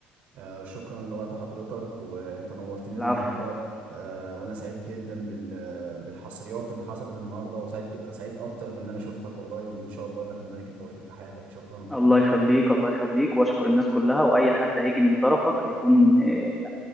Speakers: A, on the right (about 55°); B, in the centre.
A: آه، شكرا لوقت حضرتك وانت نورتني النهارده
B: العفو
A: آه، وانا سعيد جدا بال- بالحصريات اللي حصلت النهارده وسعيد ج- سعيد اكتر بان انا شفتك والله وان شاء الله بتمنى لك التوفيق في حياتك شكرا
B: الله يخليك الله يخليك واشكر الناس كلها واي حد هيجي من طرفك هيكون إيه،